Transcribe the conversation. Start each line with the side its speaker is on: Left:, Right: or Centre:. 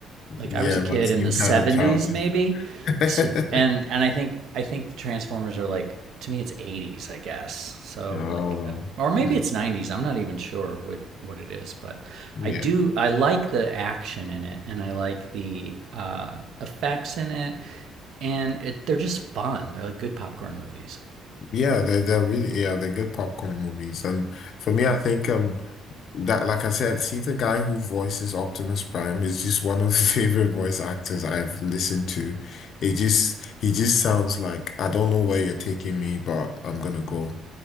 Right: like
Left: Yeah,
Right: I was a kid
Left: my team
Right: in the 70s
Left: kind of childish.
Right: maybe. So
Left: <laughs>
Right: and and I think I think the Transformers are like to me it's 80s, I guess. So
Left: Oh,
Right: like uh, or maybe
Left: mm.
Right: it's 90s. I'm not even sure what what it is, but
Left: yeah,
Right: I do I like the action in it and I like the uh effects in it and it they're just fun. They're like good popcorn movies.
Left: yeah. They're they're really yeah they're good popcorn movies, and for me, I think um that like I said, see the guy who voices Optimus Prime is just one of the <laughs> favorite voice actors I've listened to. It just he just sounds like I don't know where you're taking me, but I'm gonna go.